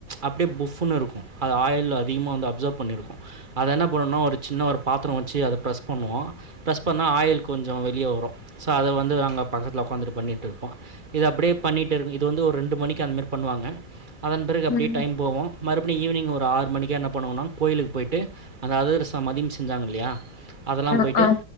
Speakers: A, on the right; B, on the left.
A: அப்டியே புஃபுன்னு இருக்கு அது ஆயில் அதிகமாக வந்து அப்சர்வ் பண்ணிருக்கு அத என்ன பண்ணனு ஒரு சின்ன ஒரு பாத்திர வச்சு அத ப்ரெஸ் பண்ணுவோ ப்ரெஸ் பண்ணா ஆயில் கொஞ்ச வெளியே வரு ஸோ அத வந்து அங்க பக்கத்தில உக்காந்துட்டு பண்ணிட்ருப்போ இது அப்படியே பண்ணிட்டு இரு இது வந்து ஒரு ரெண்டு மணிக்கு அந்த மாரி பண்ணுவாங்க அதன் பிறகு
B: ம்
A: அப்டியே டைம் போவோ மறு அப்ப ஈவினிங் ஒரு ஆறு மணிக்க என்ன பண்ணுவங்கன்னா கோயிலுக்கு போயிட்டு அந்த அதர்சம் மதிய செஞ்சாங்க இல்லையா அதெல்லா
B: ஆ
A: போய்ட்டு
B: ஆ